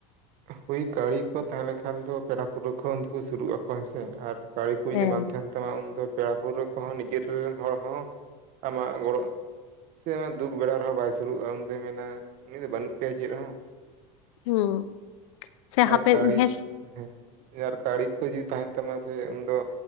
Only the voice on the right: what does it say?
ᱦᱳᱭ ᱠᱟᱣᱲᱤ ᱠᱚ ᱛᱟᱦᱮᱸ ᱞᱮᱱᱠᱷᱟᱱ ᱫᱚ ᱯᱮᱲᱟ ᱯᱩᱰᱩ ᱠᱚ ᱩᱱ ᱫᱚᱠᱚ ᱥᱩᱨᱩᱜ ᱟᱠᱚ ᱦᱮᱸᱥᱮ ᱟᱨ ᱠᱟᱣᱲᱤ ᱠᱚ ᱡᱩᱫᱤ
ᱵᱟᱝ ᱛᱟᱦᱮᱱ ᱛᱟᱢᱟ ᱩᱱᱫᱚ ᱯᱮᱲᱟ ᱯᱟᱹᱲᱟᱹ ᱠᱚᱦᱚᱸ ᱱᱤᱡᱮᱨ ᱨᱮᱱ ᱦᱚᱲ ᱦᱚᱸ ᱟᱢᱟᱜ ᱜᱚᱲᱚ ᱥᱮ ᱟᱢᱟᱜ ᱫᱩᱠ ᱵᱮᱲᱟ ᱨᱮᱦᱚᱸ ᱵᱟᱭ ᱥᱩᱨᱩᱜᱼᱟ ᱩᱱᱫᱚᱭ ᱢᱮᱱᱟ ᱩᱱᱤ ᱫᱚ ᱵᱟᱹᱱᱩᱜ ᱛᱟᱭᱟ ᱪᱮᱫ ᱦᱚᱸ
ᱟᱨ
ᱠᱟᱲᱤ
ᱦᱩᱸ ᱟᱨ ᱠᱟᱲᱤ ᱠᱚ ᱡᱩᱫᱤ ᱛᱟᱦᱮᱱ ᱛᱟᱢᱟ ᱥᱮ ᱩᱱᱫᱚ